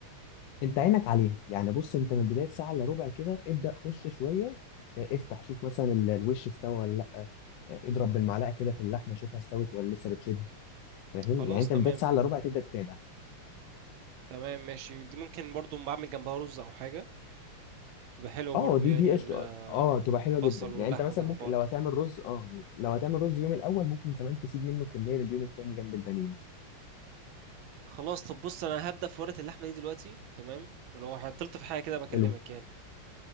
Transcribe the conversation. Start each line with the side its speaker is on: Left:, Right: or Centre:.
Left: انت عينك عليها يعني بص انت من بدايه ساعه الا ربع كده ابدا خش شويه اه، افتح شوف مثلا ال- الوش استوى ولا لا اه، اضرب بالمعلقه كده في اللحمه شوفها استوت ولا لسه بتشد فاهم
Right: خلاص
Left: يعني انت
Right: تمام
Left: من بدايه ساعه الا ربع تبدا تتابع
Right: تمام ماشي دي ممكن برضو بعمل جنبها رز او حاجه تبقى حلوه
Left: اه
Right: برضو
Left: دي
Right: يعني
Left: دي قشطه
Right: البصل
Left: اه تبقى حلوه جدا
Right: واللحمه
Left: يعني انت مثلا
Right: كده
Left: ممكن
Right: مع بعض
Left: لو هتعمل رز اه لو هتعمل رز يوم الاول ممكن كمان تسيب منه كميه لليوم التاني جنب البانيه بس
Right: خلاص طب بص انا هبدا في ورقه اللحمه دي دلوقتي تمام ولو عطلت في حاجه كده بكلمك
Left: حلو.
Right: يعني